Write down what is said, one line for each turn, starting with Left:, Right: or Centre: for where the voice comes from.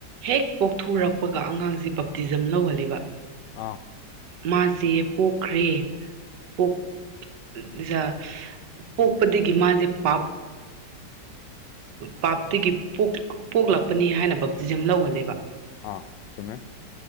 Right: ꯍꯦꯛ ꯄꯣꯛꯊꯣꯔꯛꯄ ꯀꯄꯒ ꯑꯉꯥꯡꯁꯦ ꯕꯞꯇꯤꯖꯝ ꯂꯧꯍꯜꯂꯤꯕ
Left: ꯑ
Right: ꯃꯥꯁꯦ ꯄꯣꯛꯈ꯭ꯔꯦ ꯄꯣꯛꯖ ꯄꯣꯛꯄꯗꯒꯤ ꯃꯥꯁꯦ ꯄꯞ ꯄꯥꯞꯇꯒꯤ ꯄꯣꯛꯂꯛꯄꯅꯤ ꯍꯥꯏꯅ ꯕꯞꯇꯤꯖꯝ ꯂꯧꯍꯜꯂꯦꯕ
Left: ꯑꯥ ꯆꯨꯝꯃꯦ